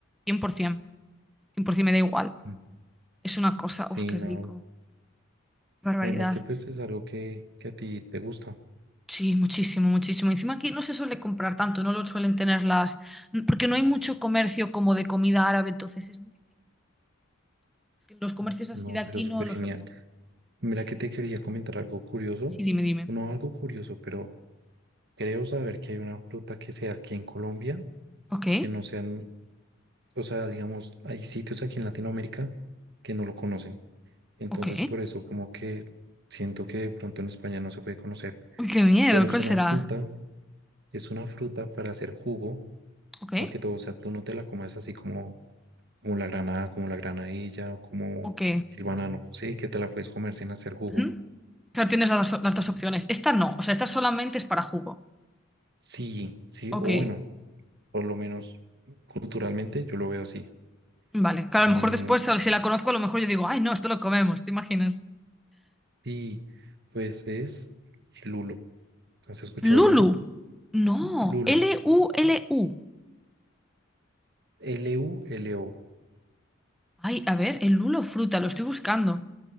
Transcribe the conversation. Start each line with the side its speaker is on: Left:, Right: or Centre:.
Centre: cien cien, por ciento, cien por 100% me da igual,
Right: Mm.
Centre: es una cosa,
Right: Sí,
Centre: uf, qué
Right: no.
Centre: rico, qué barbaridad,
Right: Además que pues es algo que, que a ti te gusta.
Centre: sí, muchísimo, muchísimo, encima aquí no se suele comprar tanto, no lo suelen tener las, porque no hay mucho comercio como de comida árabe, entonces es muy difícil, los comercios
Right: Mm.
Centre: así
Right: No,
Centre: de aquí
Right: pero súper
Centre: no lo
Right: genial.
Centre: suelen hacer,
Right: Mira
Centre: sí,
Right: que te quería comentar algo curioso.
Centre: sí, dime, dime,
Right: No algo curioso, pero creo saber que hay una fruta que sea aquí en Colombia,
Centre: ok,
Right: que no sea o sea, digamos, hay sitios aquí en Latinoamérica que no lo conocen. Entonces,
Centre: ok.
Right: por eso como que siento que de pronto en España no se puede conocer,
Centre: Uy, qué miedo,
Right: pero es
Centre: ¿cuál
Right: una
Centre: será?
Right: fruta, es una fruta para hacer jugo,
Centre: ¿Ok?
Right: más que todo, o sea, tú no te la comes así como, como la granada, como la granadilla, o como
Centre: ¿Ok?
Right: el banano, ¿sí? Que te la puedes comer sin hacer jugo.
Centre: Ujú. Claro, tienes las, dos las dos opciones. Esta no, o sea, esta solamente es para jugo.
Right: Sí, sí,
Centre: Ok,
Right: o bueno, por lo menos culturalmente yo lo veo así.
Centre: vale. Claro,
Right: Em,
Centre: a lo mejor después, si la conozco, a lo mejor yo digo, ay, no, esto lo comemos, ¿te imaginas?
Right: y pues es el lulo. ¿Has escuchado
Centre: Lulu.
Right: el lulo?
Centre: No,
Right: Lulo.
Centre: L-U-L-U.
Right: L-U-L-O,
Centre: Ay, a ver, el lulo fruta, lo estoy buscando.